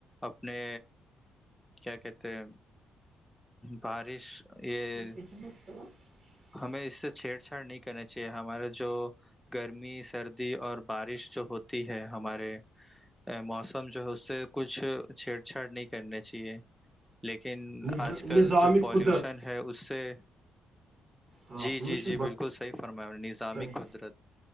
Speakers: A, in the centre; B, on the right.
A: اپنے کیا کہتے ہیں بارش یہ
B: <unintelligible>
A: ہمیں اس سے چھیڑ چاڑ نہیں کرنی چاہیے ہمارے جو گرمی سردی اور بارش جو ہوتی ہے ہمارے موسم جو ہے اس سے کچھ چھیڑ چاڑ نہیں کرنی چاہیے لیکن
B: ہاں
A: آج کل
B: نظامی
A: جو پالیوشن
B: قدرت
A: ہے اس سے
B: ہاں
A: جی
B: پولوشن
A: جی جی بالکل صحیح فرمایا نظامی
B: بڑھتا ہے
A: قدرت